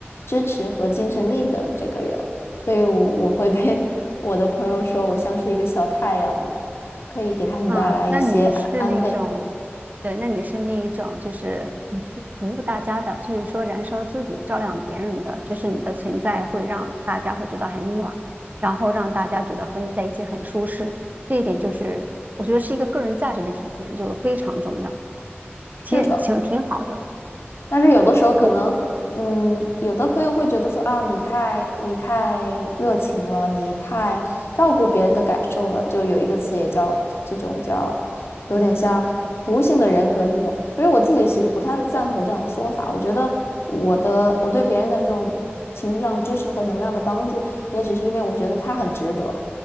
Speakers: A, on the left; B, on the right.
A: 支持和精神力的这个人，所以我，我会被 <laughs> 我的朋友说我像是一个小太阳一样，可以给他们带来一些安安慰。
B: 啊，那你是那种，对，那你是那一种，就是嗯 <laughs> 服务大家的，就是说燃烧自己，照亮别人的，就是你的存在会让大家会觉得很暖，然后让大家觉得和你在一起很舒适。这一点就是我觉得是一个个人价值的体现，就非常重要，其实挺挺好的。
A: 是的。但是有的时候可能，
B: 我，
A: 嗯，有的朋友会觉得说啊，你太你太热情了，你太照顾别人的感受了，就有一个词也叫这种叫，有点像服务性的人格这种。可是我自己其实不太赞同这种说法，我觉得我的我对别人的这种情绪上的支持或能量的帮助，也只是因为我觉得他很值得。